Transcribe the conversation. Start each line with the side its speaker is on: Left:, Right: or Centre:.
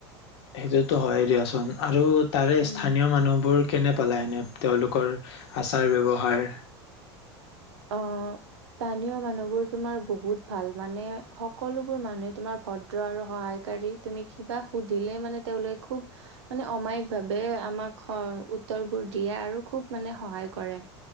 Left: সেইটোতো হয় দিয়াচোন আৰু তাৰে
Right: উম
Left: স্থানীয় মানুহবোৰ কেনে পেলায় এনে তেওঁলোকৰ আচাৰ ব্যৱহাৰ
Right: অঁ স্থানীয় মানুহবোৰ তোমাৰ বহুত ভাল মানে সকলোবোৰ মানুহে তোমাৰ ভদ্ৰ আৰু সহায়কাৰী তুমি কিবা সুধিলে মানে তেওঁলোক খুব মানে অমায়িক ভাৱে আমাক উত্তৰবোৰ দিয়ে আৰু খুব মানে সহায় কৰে